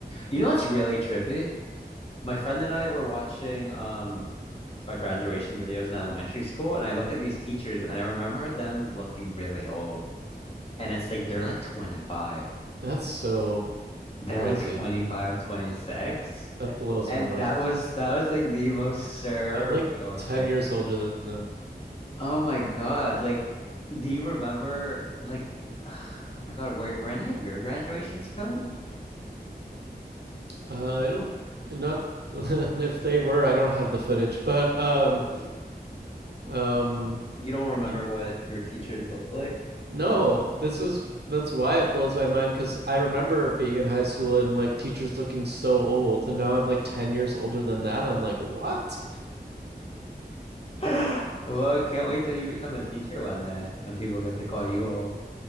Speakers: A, on the left; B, on the right.
A: You know what's really trippy? My friend and I were watching um uh, graduation videos in elementary school, and I look at these teachers and I remember them looking really old. And it's like they're like 25.
B: That's so
A: They're
B: crazy.
A: like 25, 26.
B: That blows
A: And
B: my mind.
A: that was that was like the most surreal
B: I'm like 10
A: experience.
B: years older than them.
A: Oh my God. Like, do you remember like <sighs> oh my God, were were any of your graduations filmed?
B: Uh, I don't, not <laughs> if they were, I don't have the footage, but um,
A: No.
B: um,
A: You don't remember
B: yeah.
A: what your teachers looked like?
B: no, this is that's why it blows my mind because I remember being in high school and like teachers looking so old, and now I'm like 10 years older than that. I'm like, what?
A: <gasps> Well, I can't wait till you become a teacher one day and people get to call you old.